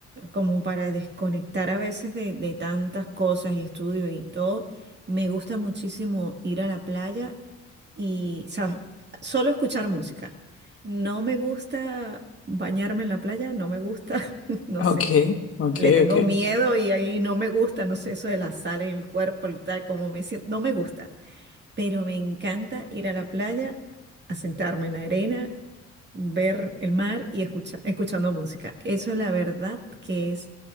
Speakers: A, on the right; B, on the left.
A: como para desconectar a veces de, de tantas cosas y estudios y todo, me gusta muchísimo ir a la playa y, ¿sabes? Solo escuchar música. No me gusta bañarme en la playa, no me gusta, <laughs> no
B: ok,
A: sé.
B: ok,
A: Le tengo
B: ok.
A: miedo y ahí no me gusta, no sé, eso de la sal en el cuerpo y tal, como me siento, no me gusta pero me encanta ir a la playa, a sentarme en la arena, ver el mar y escucha- escuchando música. Eso la verdad que es,